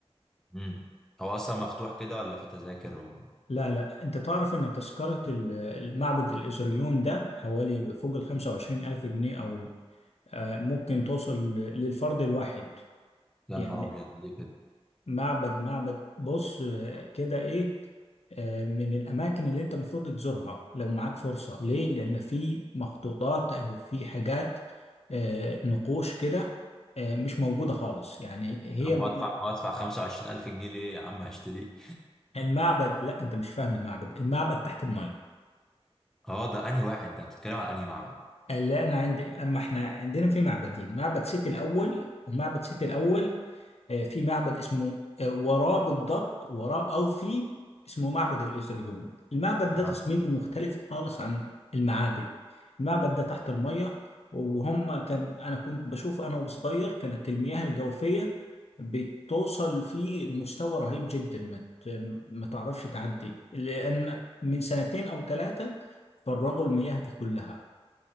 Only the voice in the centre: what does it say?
امم هو اصلا مفتوح كده ولا في تذاكر و...
يا
نهار ابيض ليه كده
يا عم
هدفع هدفع 25000 جنيه ليه يا عم هشتريه
<laughs> اه ده انهي واحد ده انت بتتكلم على انهي معبد
اه